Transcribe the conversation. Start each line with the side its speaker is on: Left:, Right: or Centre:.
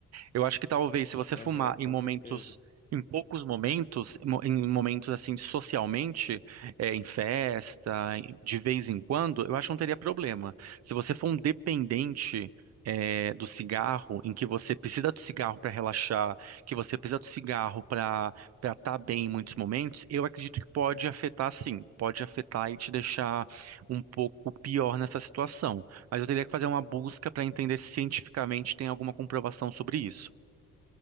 Right: Eu acho que talvez se você
Left: Aham,
Right: fumar em
Left: com
Right: momentos,
Left: certeza.
Right: em poucos momentos, mo- em momentos assim socialmente, é, em festa, em- de vez em quando, eu acho que não teria problema. Se você for um dependente é, do cigarro, em que você precisa do cigarro para relaxar, que você precisa do cigarro para para estar bem em muitos momentos, eu acredito que pode afetar sim, pode afetar e te deixar um pouco pior nessa situação. Mas eu teria que fazer uma busca para entender se cientificamente tem alguma comprovação sobre isso,